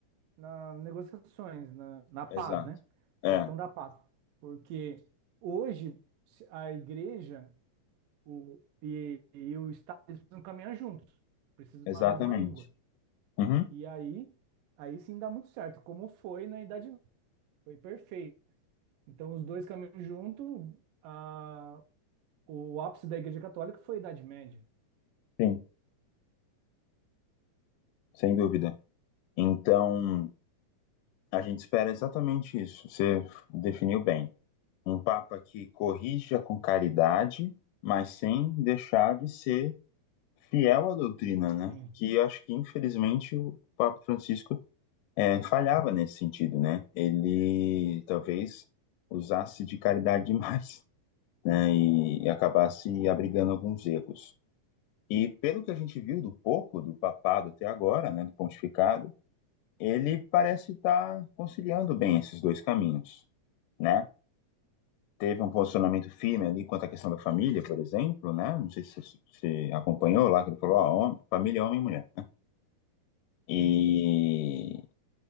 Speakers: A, on the right; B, on the left.
A: nas negociações, na, na paz,
B: exato.
A: né?
B: É,
A: Questão da paz. Porque hoje se- a igreja o, e, e o Estado eles precisam caminhar juntos, precisam
B: exatamente.
A: falar a mesma língua.
B: Uhum,
A: E aí, aí sim dá muito certo, como foi na Idade Média. Foi perfeito. Então, os dois caminham junto. A, o ápice da Igreja Católica foi a Idade Média.
B: sim, sem dúvida. Então, a gente espera exatamente isso. Você definiu bem. Um Papa que corrija com caridade, mas sem deixar de ser fiel à doutrina, né?
A: Sim,
B: Que eu acho que, infelizmente, o Papa Francisco é, falhava nesse sentido, né? Ele talvez usasse de caridade <laughs> demais, né? E, e acabasse abrigando alguns erros. E pelo que a gente viu do pouco do papado até agora, né, do pontificado, ele parece estar conciliando bem esses dois caminhos, né? teve um posicionamento firme ali quanto à questão da família, por exemplo, né? Não sei se você acompanhou lá, que ele falou, ó, homem, família é homem e mulher. E...
A: sim,